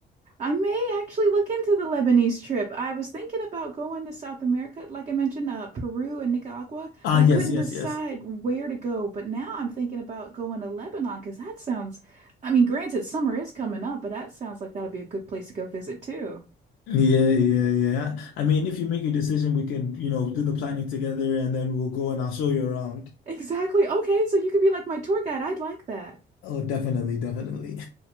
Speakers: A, on the right; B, on the left.
A: I may actually look into the Lebanese trip. I was thinking about going to South America, like I mentioned, uh, Peru and Nicaragua,
B: Ah,
A: but I
B: yes,
A: couldn't
B: yes,
A: decide
B: yes.
A: where to go. But now I'm thinking about going to Lebanon because that sounds, I mean, granted, summer is coming up, but that sounds like that'll be a good place to go visit too.
B: Yeah, yeah, yeah. I mean, if you make your decision, we can, you know, do the planning together and then we'll go and I'll show you around.
A: Exactly. Okay, so you could be like my tour guide. I'd like that.
B: Oh, definitely, definitely.